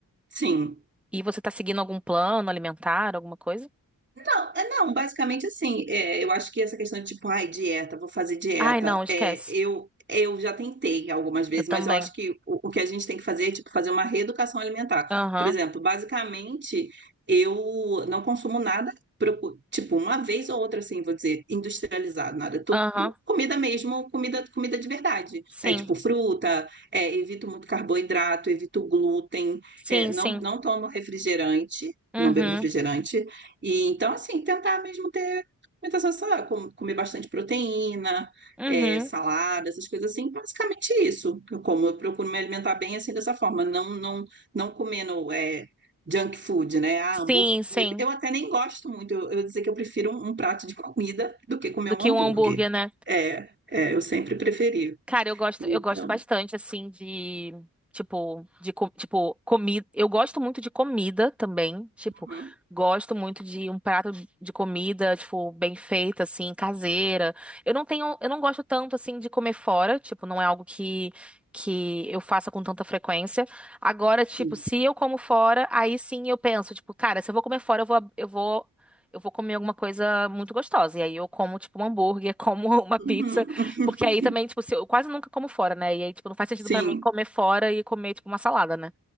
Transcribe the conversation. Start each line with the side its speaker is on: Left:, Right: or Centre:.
Right: sim.
Centre: E você tá seguindo algum plano alimentar, alguma coisa?
Right: Não, é, não, basicamente assim, é, eu acho que essa questão de tipo, ai, dieta, vou fazer dieta,
Centre: Ai, não, esquece.
Right: é, eu, eu já tentei algumas vezes,
Centre: Eu também.
Right: mas eu acho que o, o que a gente tem que fazer é tipo, fazer uma reeducação alimentar.
Centre: Aham.
Right: Por exemplo, basicamente, eu não consumo nada, procu- tipo, uma vez ou outra, assim, vou dizer, industrializado, nada, tudo
Centre: Aham.
Right: comida mesmo, comida, comida de verdade,
Centre: Sim.
Right: né? Tipo, fruta, é, evito muito carboidrato, evito glúten,
Centre: Sim,
Right: é, não,
Centre: sim.
Right: não tomo refrigerante.
Centre: Uhum.
Right: Não bebo refrigerante, e então, assim, tentar mesmo ter muita sensação, com- comer bastante proteína,
Centre: Uhum.
Right: é, salada, essas coisas assim, basicamente isso. Eu como, eu procuro me alimentar bem assim dessa forma, não não não comendo é, junk food, né? Ah,
Centre: Sim,
Right: hambúrguer.
Centre: sim.
Right: Eu até nem gosto muito, eu, eu dizer que eu prefiro um, um prato de comida do que comer
Centre: Do
Right: um
Centre: que
Right: hambúrguer.
Centre: um hambúrguer, né?
Right: É, é, eu sempre preferi.
Centre: Cara, eu gosto,
Right: Então,
Centre: eu gosto bastante, assim, de, tipo, de, co- tipo, comida. Eu gosto muito de comida também, tipo,
Right: uhum,
Centre: gosto muito de um prato de, de comida, tipo, bem feita, assim, caseira. Eu não tenho, eu não gosto tanto, assim, de comer fora, tipo, não é algo que, que eu faça com tanta frequência. Agora, tipo,
Right: sim.
Centre: se eu como fora, aí sim eu penso, tipo, cara, se eu vou comer fora, eu vou, eu vou, eu vou comer alguma coisa muito gostosa. E aí eu como, tipo, um hambúrguer, como <laughs> uma pizza.
Right: Uhum. <laughs>
Centre: Porque aí também, tipo, se eu quase nunca como fora, né? E aí, tipo, não faz sentido
Right: Sim,
Centre: pra mim comer fora e comer, tipo, uma salada, né?